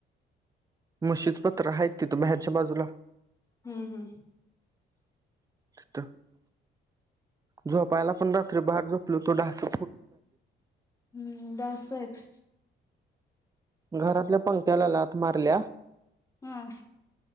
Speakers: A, on the right (about 20°); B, on the left (about 15°).
A: म्हशीचं पत्रं हायत तिथं बाहेरच्या बाजूला
B: हम्म, हम्म.
A: <unintelligible> झोपायला पण रात्री बाहेर झोपलोवतो. डास
B: हम्म, डास आहेत.
A: घरातल्या पंख्याला लाथ मारल्या
B: हं.